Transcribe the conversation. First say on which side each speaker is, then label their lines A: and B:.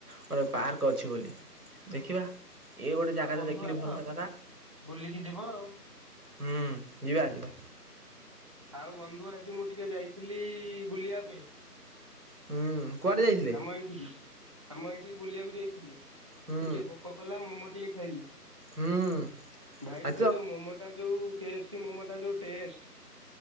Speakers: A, on the right; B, on the right.
A: ଗୋଟେ ପାର୍କ ଅଛି ବୋଲି, ଦେଖିବା ଏଇ ଗୋଟେ ଜାଗା
B: ଆଉ
A: ତ
B: ବନ୍ଧୁ
A: ଦେଖିଲି
B: ଆସ
A: ଭଲ ଜାଗା।
B: ବୁଲିକି ଯିବ ଆଉ।
A: ହୁଁ, ଯିବା-ଯିବା।
B: ଆଉ ବନ୍ଧୁ ଆଜି ମୁଁ ଟିକେ ଯାଇଥିଲି ବୁଲିବା ପାଇଁ।
A: ହୁଁ, କୁଆଡେ ଯାଇଥିଲେ?
B: ଆମ ଏଇଠିକି ଆମ ଏଇଠିକି ବୁଲିଆକୁ ଯାଇଥିଲି
A: ହୁଁ
B: ଟିକେ ଭୋକ କଲା ମୋମୋ ଟିକେ ଖାଇଲି।
A: ହୁଁ
B: ଭାଇ
A: ଆଚ୍ଛ
B: ସେ ଯୋଉ ମୋମୋଟା ଯୋଉ କେ ଏଫ୍ ସି ମୋମୋଟା ଯୋଉ ଟଷ୍ଟ